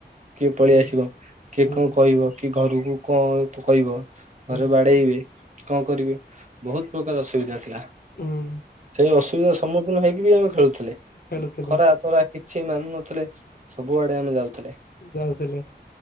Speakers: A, on the right (about 40°); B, on the left (about 55°).
A: କିଏ
B: ହୁଁ
A: ପଳେଇ ଆସିବ? କିଏ
B: ହୁଁ
A: କଣ କହିବ? କିଏ ଘରକୁ କଣ କହିବ?
B: ହୁଁ
A: ଘରେ ବାଡେଇବେ। କଣ କରିବି ବହୁତ ପ୍ରକାର ଅସୁବିଧା ଥିଲା।
B: ହୁଁ
A: ସେଇ ଅସୁବିଧା ସମ୍ମୁଖିନ ହେଇକି ବି ଆମେ ଖେଳୁଥିଲେ।
B: ଖେଳୁଥିଲି
A: ଖରା ତରା କିଛି ମାନୁ ନଥିଲେ ସବୁ ଆଡ଼େ ଆମେ ଯାଉଥିଲେ।
B: ଯାଉଥିଲେ